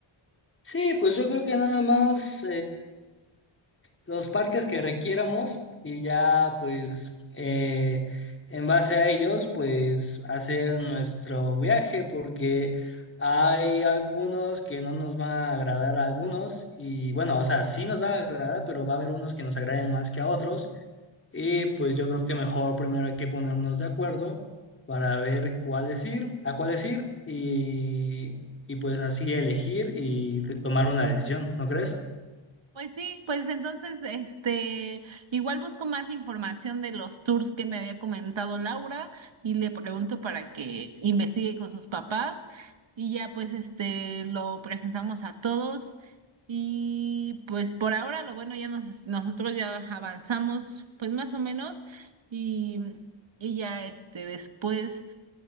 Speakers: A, on the left; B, on the right.
A: Sí, pues yo creo que nada más los parques que requiéramos y ya pues eh, en base a ellos pues hacer nuestro viaje porque hay algunos que no nos van a agradar a algunos y bueno, o sea, sí nos van a agradar, pero va a haber unos que nos agraden más que a otros y pues yo creo que mejor primero hay que ponernos de acuerdo para ver cuáles ir, a cuáles ir y, y pues así elegir y tomar una decisión, ¿no crees?
B: Pues sí, pues entonces, este, igual busco más información de los tours que me había comentado Laura y le pregunto para que investigue con sus papás y ya pues este lo presentamos a todos y pues por ahora lo bueno ya nos, nosotros ya avanzamos pues más o menos y, y ya este después